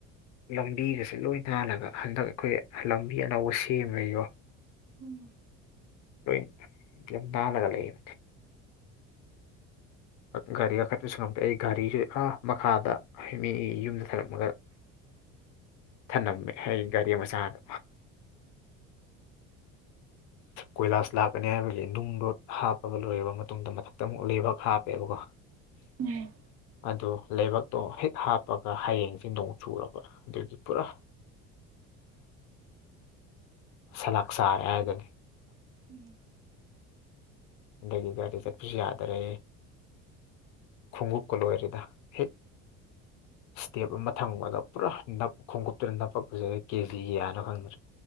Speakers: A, on the left; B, on the right.
A: ꯂꯝꯕꯤꯒꯁꯦ ꯂꯣꯏ ꯅꯥꯜꯂꯒ ꯍꯟꯗꯛ ꯑꯩꯈꯣꯏ ꯂꯝꯕꯤ ꯑꯅꯧꯕ ꯁꯦꯝꯃꯦꯀꯣ
B: ꯎꯝ
A: ꯂꯣꯏ ꯌꯥꯝ ꯅꯥꯜꯂꯒ ꯂꯩꯌꯦ ꯒꯥꯔꯤ ꯀꯥꯈꯠꯄꯁꯨ ꯉꯝꯗꯦ ꯑꯩ ꯒꯥꯔꯤꯁꯨ ꯑ ꯃꯈꯥꯗ ꯃꯤ ꯌꯨꯝꯗ ꯊꯔꯂꯝꯃꯒ
B: <unintelligible>
A: ꯊꯜꯂꯝꯃꯦ ꯑꯩ ꯒꯥꯔꯤ ꯃꯆꯥꯗꯣ
B: <unintelligible>
A: ꯀꯣꯏꯂꯥꯁ ꯂꯥꯛꯀꯅꯤ ꯍꯥꯏꯕꯒꯤ ꯅꯨꯡꯗꯣ ꯍꯥꯞꯄꯒ ꯂꯣꯏꯔꯕ ꯃꯇꯨꯡꯗ ꯃꯊꯛꯇ ꯑꯃꯨꯛ ꯂꯩꯕꯥꯛ ꯍꯥꯞꯄꯦꯕꯀꯣ
B: ꯎꯝ
A: ꯑꯗꯨꯗꯣ ꯂꯩꯕꯛꯇꯣ ꯍꯤꯠ ꯍꯥꯞꯄꯒ ꯍꯌꯦꯡꯁꯦ ꯅꯣꯡ ꯆꯨꯔꯕ ꯑꯗꯨꯒꯤ ꯄꯨꯔꯥ ꯁꯂꯥꯛ ꯆꯥꯔꯦ ꯍꯥꯏꯗꯨꯅꯤ
B: ꯎꯝ
A: ꯑꯗꯒꯤ ꯒꯥꯔꯤ ꯆꯠꯄꯁꯨ ꯌꯥꯗꯔꯦ ꯈꯣꯡꯎꯨꯞꯀ ꯂꯣꯏꯔꯦꯗ ꯍꯦꯛ ꯏꯁꯇꯦꯞ ꯑꯃ ꯊꯝꯕꯗ ꯄꯨꯔꯥ ꯅꯞ ꯈꯣꯡꯎꯞꯇꯨꯗ ꯅꯞꯄꯛꯄꯁꯦ ꯀꯦꯖꯤ ꯌꯥꯅꯕ ꯈꯪꯗ꯭ꯔꯦ